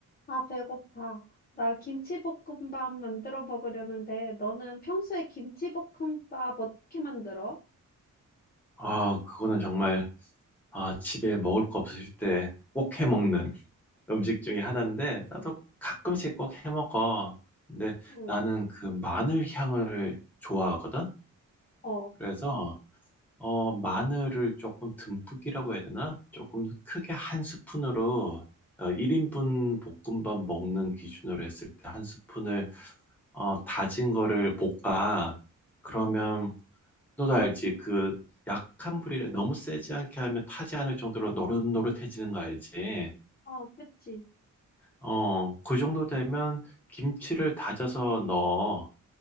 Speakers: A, on the left; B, in the centre.
A: 아, 배고파. 나 김치볶음밥 만들어 먹으려는데, 너는 평소에 김치볶음밥 어떻게 만들어?
B: 아, 그거는 정말, 아, 집에 먹을 거 없을 때 꼭 해 먹는 <laughs> 음식 중에 하나인데, 나도 가끔씩 꼭 해 먹어. 근데
A: 응,
B: 나는 그 마늘 향을 좋아하거든?
A: 어,
B: 그래서, 어, 마늘을 조금 듬뿍이라고 해야 되나? 조금 크게 한 스푼으로, 어, 1인분 볶음밥 먹는 기준으로 했을 때 한 스푼을, 어, 다진 거를 볶아. 그러면
A: 응,
B: 너도 알지? 그 약한 불이라 너무 세지 않게 하면 타지 않을 정도로 노릇노릇해지는 거 알지?
A: 어, 그치,
B: 어, 그 정도 되면 김치를 다져서 넣어.